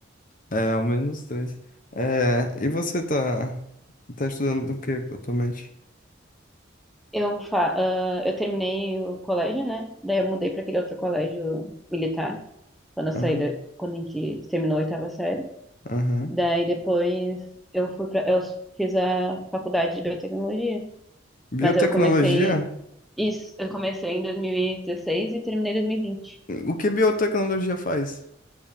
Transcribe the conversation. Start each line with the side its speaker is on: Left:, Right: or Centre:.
Left: É, ao menos três. É, e você tá, tá estudando o que atualmente?
Centre: Eu, fa ah, eu terminei o colégio, né? Daí eu mudei para aquele outro colégio militar, quando eu saí,
Left: Aham,
Centre: da- quando a gente terminou a oitava série.
Left: aham.
Centre: Daí depois eu fui para, eu fiz a faculdade de biotecnologia, mas
Left: Biotecnologia?
Centre: eu comecei isso, eu comecei em 2016 e dezesseis e terminei em 2020.
Left: O que biotecnologia faz?